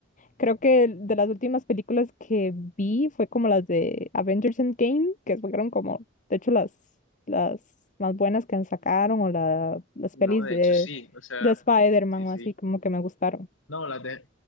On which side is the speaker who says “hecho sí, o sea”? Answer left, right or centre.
Left